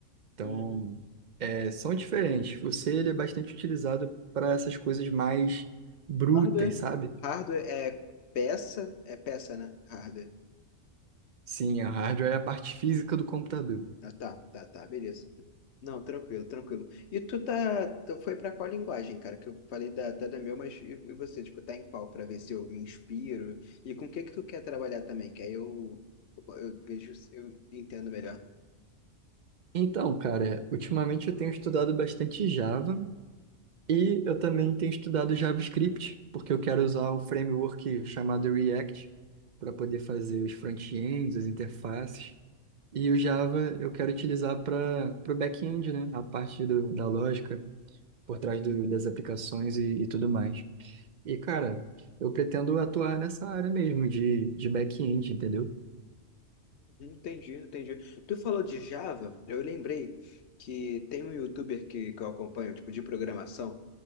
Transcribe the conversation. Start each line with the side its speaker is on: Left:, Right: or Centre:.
Right: Então,
Left: Uhum.
Right: é, são diferentes. O C ele é bastante utilizado para essas coisas mais brutas,
Left: Hardware.
Right: sabe?
Left: Hardware é peça, é peça, né? Hardware.
Right: Sim, a hardware é a parte física do computador.
Left: Ah, tá, tá, tá, beleza. Não, tranquilo, tranquilo. E tu tá, tu foi pra qual linguagem, cara? Que eu falei da, da, da meu, mas e e você, tipo, tá em qual? Pra ver se eu me inspiro. E com o que que tu quer trabalhar também? Que aí eu, eu vejo, se eu entendo melhor.
Right: Então, cara, ultimamente eu tenho estudado bastante Java e eu também tenho estudado JavaScript, porque eu quero usar o framework chamado React para poder fazer os front-ends, as interfaces. E o Java eu quero utilizar para o back-end, né? A parte do- da lógica por trás do- das aplicações e, e tudo mais. E, cara, eu pretendo atuar nessa área mesmo de, de back-end, entendeu?
Left: Uhum, Entendi, entendi. Tu falou de Java, eu lembrei que tem um youtuber que, que eu acompanho, tipo, de programação,